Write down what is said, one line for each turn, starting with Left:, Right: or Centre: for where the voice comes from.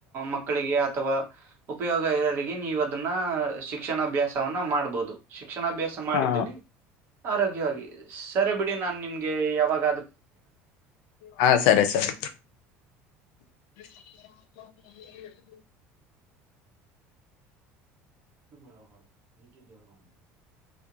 Right: ಮಕ್ಕಳಿಗೆ ಅಥವಾ. ಉಪಯೋಗ ಇರರಿಗೆ ನೀವು ಅದನ್ನ ಶಿಕ್ಷಣಾಭ್ಯಾಸವನ್ನ ಮಾಡ್ಬಹುದು. ಶಿಕ್ಷಣಾಭ್ಯಾಸ ಮಾಡಿದ್ದಲ್ಲಿ.
Left: ಹಾ
Right: ಆರೋಗ್ಯವಾಗಿ ಸರಿ ಬಿಡಿ ನಾನ್ ನಿಮ್ಗೆ ಯಾವಾಗ.
Left: ಹಾ ಸರಿ ಸರಿ. <inaudible>
Right: <unintelligible>